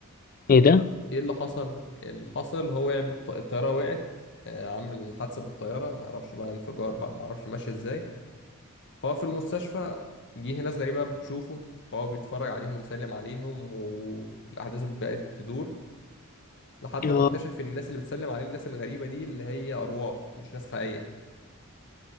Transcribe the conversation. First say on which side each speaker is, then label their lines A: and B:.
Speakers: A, on the left; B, on the left.
A: ايه ده
B: طب ايه اللي حصل اللي حصل هو وقع بالط- الطياره وقعت آه، عامل حادثه بالطياره معرفش بقى انفجار بقى معرفش ماشي ازاي فهو في المستشفى جه ناس غريبة بتشوفه فهو بيتفرج عليهم وبيسلم عليهم والأحداث بقت تدور لحد
A: اه
B: ما اكتشف إن الناس اللي بتسلم عليه الناس الغريبة دي اللي هي أرواح مش ناس حقيقية